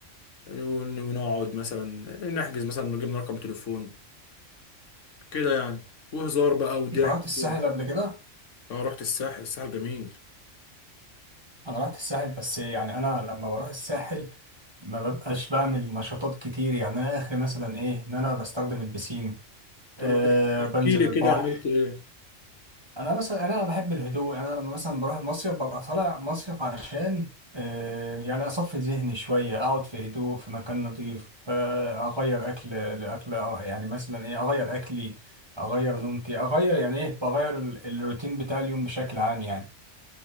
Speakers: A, on the left (about 70°); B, on the right (about 25°).
A: ون- ونقعد مثلا نحجز مثلا نجيب رقم تليفون كده يعني وهزار بقى وضحك
B: انت رحت الساحل
A: طول
B: قبل كده؟
A: اه رحت الساحل الساحل جميل
B: انا رحت الساحل بس يعني انا لما بروح الساحل ما ببقاش بعمل نشاطات كتير يعني انا اخر مثلا ايه ان انا بستخدم البسين
A: طب
B: أه
A: ما تح- تحكي
B: بنزل
A: لي كده
B: البحر
A: عملت ايه
B: انا مثلا انا بحب الهدوء يعني انا لما مثلا بروح مصيف ببقى طالع مصيف عشان أه يعني اصفي ذهني شويه اقعد في هدوء في مكان نظيف أه اغير اكل لاكل آه، يعني مثلا ايه اغير اكلي اغير نومتي اغير يعني ايه بغير ال- الروتين بتاع اليوم بشكل عام يعني